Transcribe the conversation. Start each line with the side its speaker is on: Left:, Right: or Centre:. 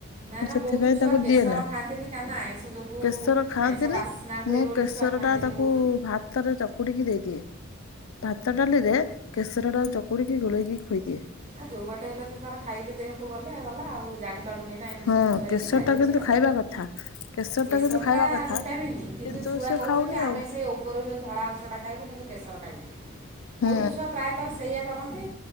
Right: ନା
Left: ମୁଁ
Right: ନା
Left: ସେଥିପାଇଁ
Right: ବହୁତ ଛୁଆ
Left: ତାକୁ
Right: କେଶର
Left: ଦିଏ ନା
Right: ଖାଆନ୍ତିନି କାରଣ ଆଇଁଷ ଯୋଗୁଁ
Left: କେଶର ଖାଆନ୍ତିନି
Right: ଆଇଁଷ ବାସ୍ନା ହୁଏ
Left: ମୁଁ
Right: ବୋଲି
Left: କେଶର
Right: ଛୁଆ ଖାଆନ୍ତିନି
Left: ଟା ତାକୁ
Right: ବହୁତ
Left: ଭାତରେ ଚକୁଡିକି ଦେଇଦିଏ। ଭାତ ଡାଲିରେ କେସର ର ଚକୁଡିକି ଗୋଳେଇକି ଖୋଇଦିଏ।
Right: ଆ ଯୋଉ ବାଟେ ହେଲେ ତ ତାର ଖାଇଲେ ଦେହକୁ ଗଲେ ଗଲା ଆଉ ଜାଣିପାରୁନି ନାହିଁ
Left: ହଁ
Right: ଛୋଟ ଛୁଆ ହେଇଛି
Left: କେଶର
Right: ଖାଇଦେଉଛି
Left: ଟା କିନ୍ତୁ
Right: ଆଉ
Left: ଖାଇବା କଥା କେଶର
Right: କେଶରଟା
Left: ଟା କିନ୍ତୁ ଖାଇବା କଥା
Right: ଭିଟାମିନ୍ କିନ୍ତୁ ଛୁଆ
Left: ସେ
Right: କହୁଛନ୍ତି
Left: ଖାଉନି
Right: ଆମେ
Left: ଆଉ।
Right: ସେ ଉପରୁ ଯେଉଁ ଧଳା ଅଂଶଟା ଖାଇବୁ କିନ୍ତୁ କେଶର ଖାଇବୁନୁ
Left: ହୁଁ
Right: ବହୁତ ଛୁଆ ପ୍ରାୟତଃ ସେଇଆ କରନ୍ତି।